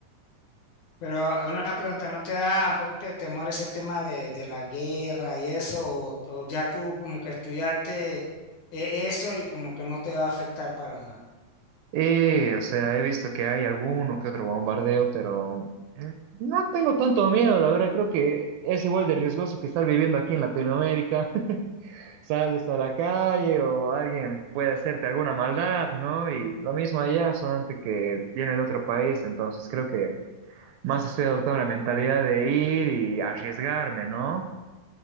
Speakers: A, on the left; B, on the right.
A: Pero una pregunta, ¿no te da un poquito de temor ese tema de, de la guerra y eso? O, o ya tú como que estudiaste eh, eso y como que no te va a afectar para nada?
B: Y, o sea, he visto que hay alguno que otro bombardeo, pero no tengo tanto miedo, la verdad, creo que es igual de riesgoso que estar viviendo aquí en Latinoamérica. sales a la calle o alguien puede hacerte alguna maldad, ¿no? Y lo mismo allá, solamente que viene de otro país, entonces creo que más estoy adoptando la mentalidad de ir y arriesgarme, ¿no?